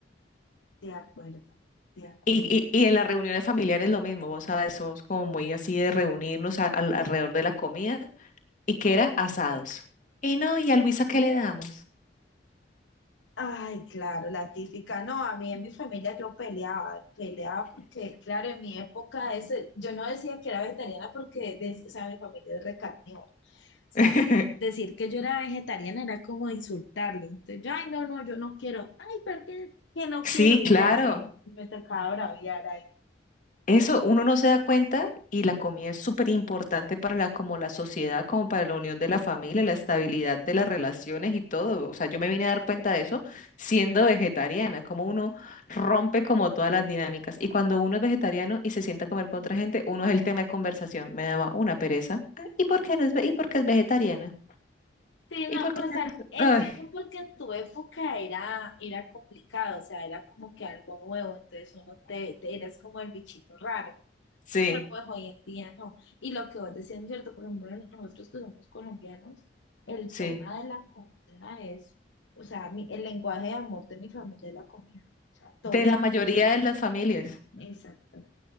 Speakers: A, on the left; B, on the left.
A: de acuerdo, de acuerdo.
B: Y, y, y en las reuniones familiares lo mismo, vos sabes, somos como muy así de reunirnos a- al- alrededor de la comida y que era asados. Y no, ¿y a Luisa qué le damos?
A: Ay, claro, la típica. No, a mí en mi familia yo peleaba, peleaba porque, claro, en mi época ese, yo no decía que era vegetariana porque, de- o sea, mi familia es recarnívora. O sea,
B: <laughs>
A: decir que yo era vegetariana era como insultarlos. Entonces, yo, ay, no, no, yo no quiero. Ay, ¿por qué? Que no
B: Sí,
A: quiero y
B: claro.
A: ya. Y, y me tocaba braviar ahí.
B: Eso, uno no se da cuenta y la comida es súper importante para la, como la sociedad, como para la unión de la familia, la estabilidad de las relaciones y todo. O sea, yo me vine a dar cuenta de eso siendo vegetariana, como uno rompe como todas las dinámicas. Y cuando uno es vegetariano y se sienta a comer con otra gente, uno es el tema de conversación. Me daba una pereza. "Ah, ¿Y por qué no es, ve- y por qué es vegetariana?
A: Sí,
B: ¿Y
A: no,
B: por
A: o
B: qué no
A: sea,
B: es-"
A: entiendo
B: Ay,
A: porque en tu época era, era complicado, o sea, era como que algo nuevo, entonces uno te, te eras como el bichito raro.
B: sí,
A: Pero pues hoy en día no. Y lo que vos decías, es ¿cierto? Por ejemplo, nosotros que somos colombianos, el
B: sí.
A: tema de la comida es, o sea, mi- el lenguaje de amor de mi familia es la comida. O sea, todos,
B: De la mayoría de las familias.
A: exactamente,